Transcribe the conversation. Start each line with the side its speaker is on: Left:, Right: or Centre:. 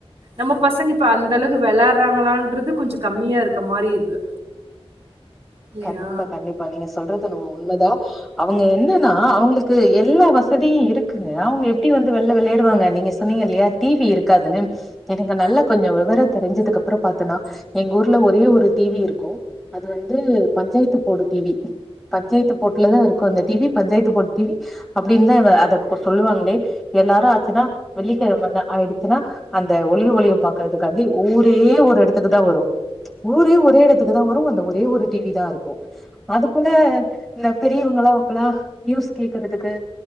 Right: நம்ம பசங்க இப்ப அந்த அளவுக்கு விளையாடுறாங்களான்றது கொஞ்சோ கம்மியா இருக்க மாரி இருக்கு இல்லையா
Centre: கண்டிப்பா கண்டிப்பா நீங்க சொல்றது என்னமோ உண்மைதா அவங்க என்னன்னா அவங்களுக்கு எல்லா வசதியும் இருக்குங்க அவங்க எப்படி வந்து வெள விளையாடுவாங்க நீங்க சொன்னீங்கல்லையா டிவி இருக்காதுன்னு எனக்கு நல்ல கொஞ்ச விவரம் தெரிஞ்சதுக்கு அப்புறம் பாத்தன்னா எங்க ஊர்ல ஒரே ஒரு டிவி இருக்கு அது வந்து பஞ்சாயத்து போடு டிவி பஞ்சாயத்து போட்டுல தா இருக்கு அந்த டிவி பஞ்சாயத்து போட்டு டிவி அப்படின்னு தா அதை சொல்லுவாங்களே எல்லாரு ஆச்சுன்னா வெள்ளிக்கிழமண்ண ஆயிடுச்சுன்னா அந்த ஒளியு ஒலிய பாக்கறதுக்காண்டி ஊரே ஒரு இடத்துக்கு தா வரும் ஊரே ஒரே இடத்துக்கு தா வரும் அந்த ஒரே ஒரு டிவி தா இருக்கு அது போல இந்த பெரியவங்களா அப்பல்லா நியூஸ் கேக்குறதுக்கு